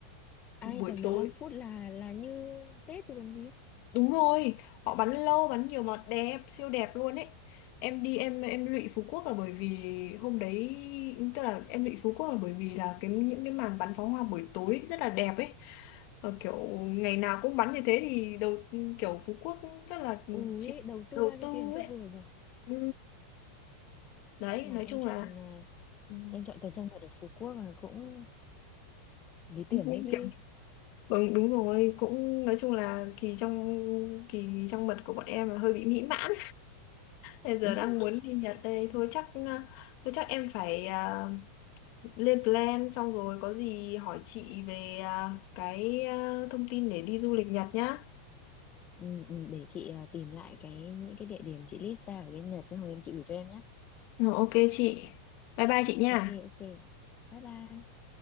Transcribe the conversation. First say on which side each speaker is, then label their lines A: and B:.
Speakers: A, on the left; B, on the left.
A: Ai
B: Buổi
A: chẳng
B: tối
A: 15 phút là là như Tết chứ còn gì.
B: Đúng rồi, họ bắn lâu, bắn nhiều mà đẹp, siêu đẹp luôn ấy. Em đi em em lụy Phú Quốc là bởi vì hôm đấy tức là em lụy Phú Quốc là bởi vì là cái những cái màn bắn pháo hoa buổi tối rất là đẹp ấy. Ờ, kiểu ngày nào cũng bắn như thế thì đầu kiểu Phú Quốc cũng rất là
A: Ui,
B: chịu
A: đầu tư
B: đầu
A: bao nhiêu
B: tư
A: tiền cho
B: ấy.
A: vừa nhở?
B: Ừ, đấy,
A: Mà
B: nói
A: em
B: chung
A: chọn
B: là
A: à,
B: ừ,
A: em chọn thời trang mật ở Phú Quốc là cũng lý
B: cũng
A: tưởng đấy chứ.
B: kiểu ừ, đúng rồi, cũng nói chung là kỳ trong kỳ trong mật của bọn em là hơi bị mỹ mãn. Bây giờ
A: <laughs>
B: đang muốn đi Nhật đây thôi chắc ờ, thôi chắc em phải ờ, lên plan xong rồi có gì hỏi chị về ờ, cái ờ, thông tin để đi du lịch Nhật nhá.
A: Ừ, ừ, để chị à, tìm lại cái những cái địa điểm chị list ra ở bên Nhật xong rồi em chị gửi cho em nhé.
B: Ừ, ok chị. Bye bye chị nha.
A: Ok ok. Bye bye.